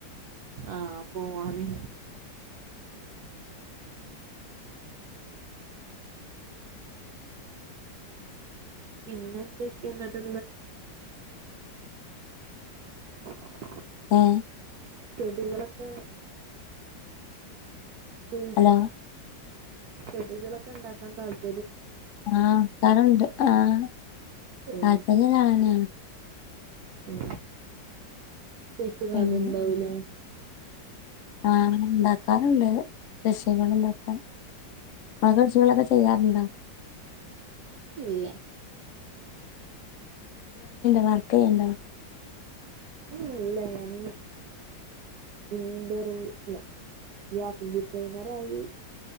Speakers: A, on the right; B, on the left.
A: ആഹ് പോവാന്. ഇന്നത്തേക്ക് എന്താ <unintelligible>
B: ഏഹ്
A: ചെടികളൊക്കെ ഉം
B: ഹലോ
A: ചെടികളൊക്കെ ഇണ്ടാക്കാൻ താല്പ
B: ആഹ് ട്ടാറുണ്ട് ആഹ്
A: ഉം
B: അതന്നെ ഞാനാ
A: ഉം കുഴിച്ച്ടാല്
B: പിന്നെ
A: ഇണ്ടാവുല്ലെ
B: ആ ഇണ്ടാക്കാറുണ്ട് കൃഷികളുണ്ടാ <unintelligible> കൃഷികളൊക്കെ ചെയ്യാറുണ്ടോ
A: ഇല്ലല്ല
B: വർ ക്കെയിണ്ടൊ
A: ഉം ഇല്ല ഞാന് ഇന്റർവ്യു ഇല്ല ഗ്രാഫിക്ക് ഡിസൈനറയി